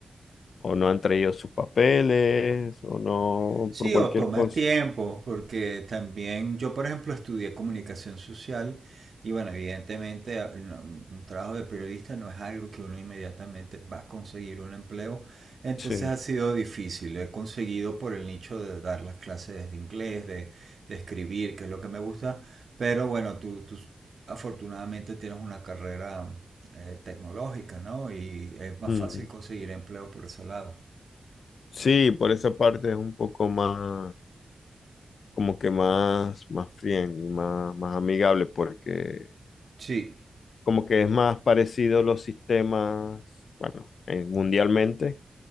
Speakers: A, on the left (about 80°); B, on the right (about 60°).
A: o no han traído sus papeles, o no,
B: Sí,
A: por cualquier
B: o toma
A: cosa.
B: tiempo, porque también yo, por ejemplo, estudié comunicación social y bueno, evidentemente a- no- un trabajo de periodista no es algo que uno inmediatamente va a conseguir un empleo, entonces
A: Sí.
B: ha sido difícil. He conseguido por el nicho de dar las clases de inglés, de, de escribir, que es lo que me gusta, pero bueno, tú, tú afortunadamente tienes una carrera eh, tecnológica, ¿no? Y es más
A: Mm.
B: fácil conseguir empleo por ese lado.
A: Sí, por esa parte es un poco más, como que más, más friendly, más, más amigable, porque
B: Sí,
A: como que es más parecido los sistemas, bueno, eh, mundialmente.